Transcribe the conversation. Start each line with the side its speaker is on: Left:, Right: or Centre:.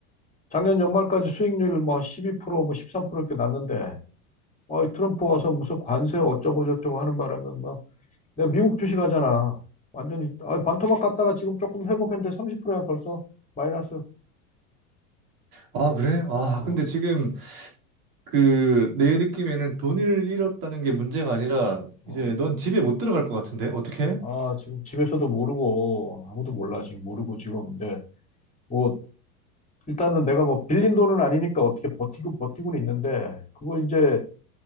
Left: 작년 연말까지 수익률 뭐 12%, 뭐 13% 이렇게 났는데, 어, 트럼프 와서 무슨 관세 어쩌고저쩌고 하는 바람에, 막, 내가 미국 주식 하잖아. 완전히 아, 반토막 갔다가 지금 조금 회복했는데 30%야 벌써 마이너스.
Right: 아, 그래? 아,
Left: 어,
Right: 근데 지금 그 내 느낌에는 돈을 잃었다는 게 문제가 아니라
Left: 어.
Right: 이제 넌 집에 못 들어갈 것 같은데? 어떻게?
Left: 아, 지금 집에서도 모르고 아무도 몰라 지금 모르고 지금 이제 뭐 일단은 내가 뭐 빌린 돈은 아니니까 어떻게 버티고 버티고는 있는데 그거 이제